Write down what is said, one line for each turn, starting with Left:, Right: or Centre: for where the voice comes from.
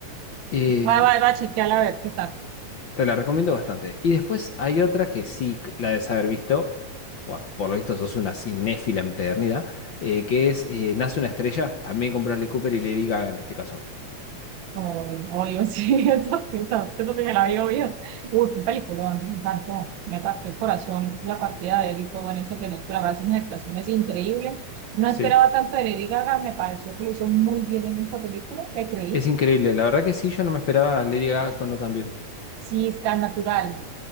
Left: Eh,
Right: Va, va, va a chequearla a ver qué tal.
Left: te la recomiendo bastante. Y después hay otra que sí c- la debes haber visto, porque por lo visto sos una cinéfila empedernida, eh, que es eh, Nace una estrella, también con Bradley Cooper y Lady Gaga en este caso.
Right: No, obvio, sí, <laughs> esas sí, eso sí me la vi, obvio. Uy, un peliculón, me encantó. Me partió el corazón, la partida de él y todo en esa película, va a ser unas actuaciones increíbles. No
Left: Sí,
Right: esperaba tanto de Lady Gaga, me pareció que lo hizo muy bien en esa película, me creí.
Left: Es increíble, la verdad que sí, yo no me esperaba a Lady Gaga actuando tan bien.
Right: Sí, está natural.